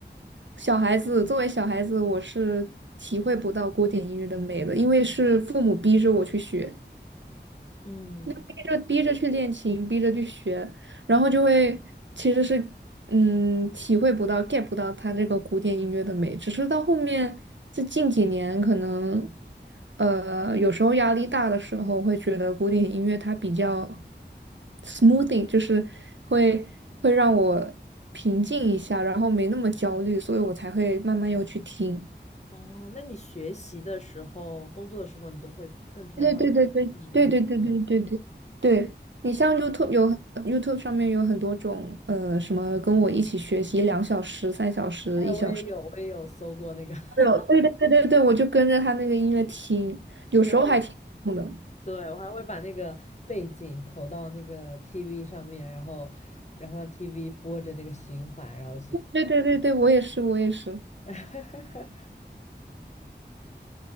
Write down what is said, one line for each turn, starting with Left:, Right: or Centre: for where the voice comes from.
Right: 小孩子作为小孩子，我是体会不到古典音乐的美的，因为是父母逼着我去学。
Left: 嗯，
Right: 那逼着逼着去练琴，逼着去学，然后就会其实是嗯体会不到 get 不到它这个古典音乐的美，只是到后面这近几年可能呃有时候压力大的时候会觉得古典音乐它比较 smoothing，就是会会让我平静一下，然后没那么焦虑，所以我才会慢慢又去听。
Left: 哦，那你学习的时候、工作的时候，你都会更偏好独立音乐是吗？
Right: 对对对对对对对对对对对，你像 YouTube 有 YouTube 上面有很多种呃什么跟我一起学习两小时、三小时、
Left: 哎，
Right: 一小时，
Left: 我也有，我也有搜过那个，<laughs>
Right: 对哦对对对对对，我就跟着他那个音乐听，有时候还挺痛的。
Left: 然后对，我还会把那个背景投到那个 TV 上面，然后然后让 TV 播着那个循环，然后去。
Right: 对对对对，我也是我也是，
Left: <laughs>